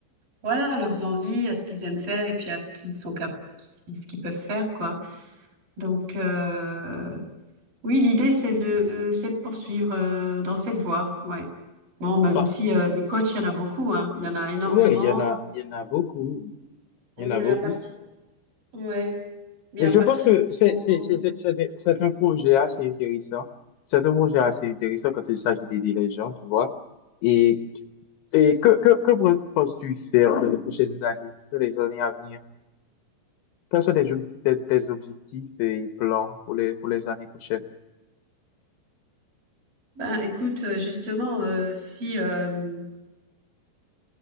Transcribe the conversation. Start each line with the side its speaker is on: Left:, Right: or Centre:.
Right: voilà, à leurs envies, à ce qu'ils aiment faire et puis à ce qu'ils sont cap- si, ce qu'ils peuvent faire, quoi. Donc, euh, oui, l'idée, c'est de, c'est de poursuivre, euh, dans cette voie, ouais. Bon, même
Left: Bah,
Right: si, euh, des coachs, il y en a beaucoup, hein. Il y en a énormément.
Left: ouais, il y en a, il y en a beaucoup. Il
Right: Mais
Left: y en a beaucoup.
Right: à partir, ouais. Mais
Left: Et
Right: à
Left: je
Right: partir
Left: pense que
Right: du
Left: c'est,
Right: moment-
Left: c'est, c'est, c'est c'est un projet assez intéressant. C'est un projet assez intéressant quand il s'agit d'aider les gens, tu vois. Et, et que, que, que penses-tu faire dans les prochaines années, dans les années à venir? Quels sont tes, ob- tes- tes objectifs et plans pour les, pour les années prochaines?
Right: Ben, écoute, euh, justement, euh, si, euh,